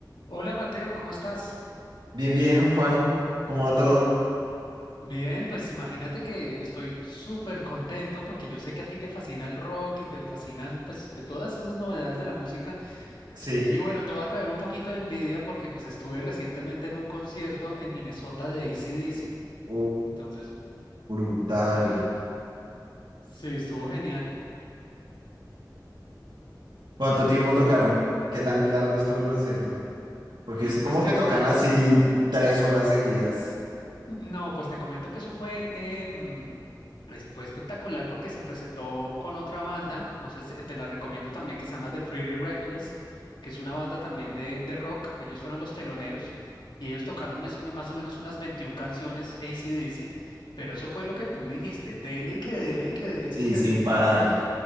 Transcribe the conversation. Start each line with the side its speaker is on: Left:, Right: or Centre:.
Left: Hola Mateo, ¿cómo estás?
Right: Bien, bien, Juan. ¿Cómo va todo?
Left: Bien, pues imagínate que estoy súper contento porque yo sé que a ti te fascina el rock y te fascinan pues eh, todas esas novedades de la música.
Right: Sí.
Left: Y bueno, te voy a traer un poquito de envidia porque pues estuve recientemente en un concierto en Minnesota de AC/DC.
Right: Uh,
Left: Entonces,
Right: brutal.
Left: estuvo, sí, estuvo genial.
Right: ¿Cuánto tiempo tocaron? ¿Qué tan largo estuvo el concierto? Porque es como
Left: Pues te
Right: que
Left: comento
Right: tocan así tres horas seguidas.
Left: No, pues te comento que eso fue, em, es- fue espectacular porque se presentó con otra banda, no sé si- te la recomiendo también, que se llama The Pretty Reckless, que es una banda también de, de rock, ellos fueron los teloneros y ellos tocaron mes o me- más o menos unas 21 canciones AC/DC, pero eso fue lo que tú dijiste, dele, que dele, que dele,
Right: Sí,
Left: que
Right: sin
Left: dele.
Right: parar.